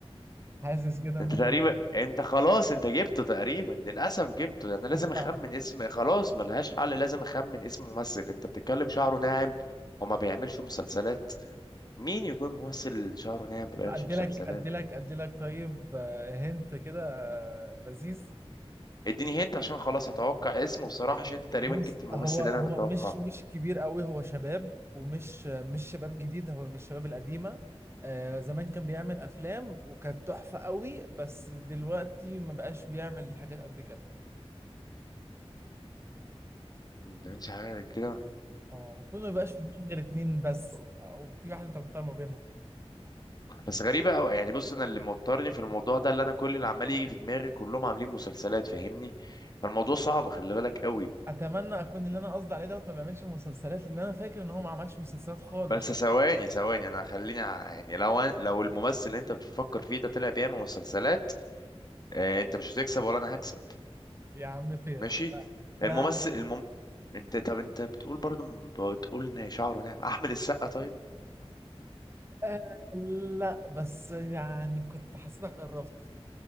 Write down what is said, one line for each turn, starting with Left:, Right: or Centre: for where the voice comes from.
Right: حاسس كده ان
Left: انت
Right: انا
Left: تقريبا انت خلاص انت جبته تقريبا للاسف جبته انا لازم
Right: أصلاً-
Left: اخمن اسم خلاص ملهاش حل لازم اخمن اسم ممثل انت بتتكلم شعره ناعم وما بيعملش مسلسلات مين يكون ممثل شعره ناعم ما بيعملش
Right: ادي
Left: مسلسلات
Right: لك ادي لك ادي لك طيب آه، هنت كده آه، لذيذ
Left: اديني هنت عشان خلاص اتوقع اسمه بصراحه عشان انت تقريبا
Right: بص
Left: جبت الممثل
Right: هو هو
Left: اللي انا بتوقعه
Right: مش مش كبير قوي هو شباب ومش مش شباب جديد هو من الشباب القديمه آه زمان كان بيعمل افلام وكانت تحفه قوي بس دلوقتي ما بقاش بيعمل حاجات قد كده
Left: ما بيعملش حاجه كده
Right: اه المفروض ما يبقاش في دماغ غير اتنين بس او في واحد انت مختار ما بينهم
Left: بس غريبة أوي يعني بص أنا اللي موترني في الموضوع ده اللي أنا كل اللي عمال يجي في دماغي كلهم عاملين مسلسلات فاهمني فالموضوع صعب خلي بالك أوي
Right: اتمنى اكون اللي انا قصدي عليه دوت ما بيعملش مسلسلات لان انا فاكر ان هو ما عملش مسلسلات خالص
Left: بس ثواني ثواني أنا خليني ع- يعني لو أنا لو الممثل اللي أنت بتفكر فيه ده طلع بيعمل مسلسلات آه أنت مش هتكسب ولا أنا هكسب
Right: يا عم فين
Left: ماشي
Right: انا
Left: الممثل المم...
Right: أنا-
Left: أنت طب أنت بتقول برضه بتقول إن شعره ناعم أحمد السقا طيب
Right: آه لا بس يعني كنت حسيتك قربت